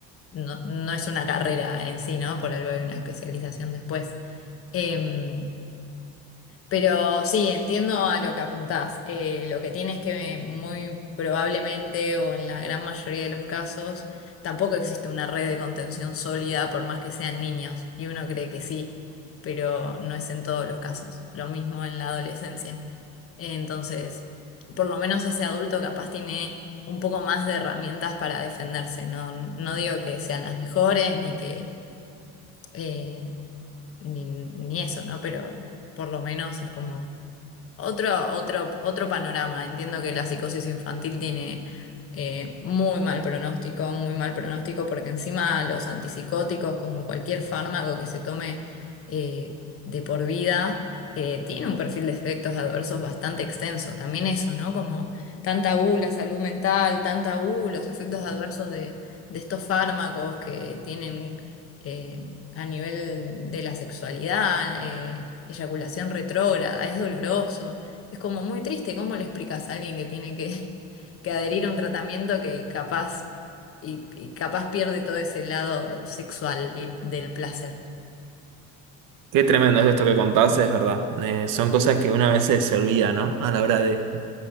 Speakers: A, on the left (about 40°); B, on the right (about 65°).
A: no, no es una carrera en sí, ¿no? Por algo hay una especialización después. Em, pero sí, entiendo a lo que apuntás. Eh, lo que tienes que muy probablemente o en la gran mayoría de los casos tampoco existe una red de contención sólida por más que sean niños. Y uno cree que sí, pero no es en todos los casos. Lo mismo en la adolescencia. Entonces, por lo menos ese adulto capaz tiene un poco más de herramientas para defenderse. No, no digo que sean las mejores ni que eh, ni, ni eso, ¿no? Pero por lo menos es como otro, otro, otro panorama. Entiendo que la psicosis infantil tiene eh, muy mal pronóstico, muy mal pronóstico, porque encima los antipsicóticos, como cualquier fármaco que se tome eh, de por vida, eh, tiene un perfil de efectos adversos bastante extenso. También eso, ¿no? Como tan tabú la salud mental, tan tabú los efectos adversos de, de estos fármacos que tienen. eh, a nivel de la sexualidad, eh, eyaculación retrógrada, es doloroso, es como muy triste. ¿Cómo le explicas a alguien que tiene que, <laughs> que adherir a un tratamiento que capaz y, y capaz pierde todo ese lado sexual y del placer?
B: Qué tremendo es esto que contás, es verdad. Eh, son cosas que una vez se olvida, ¿no? A la hora de,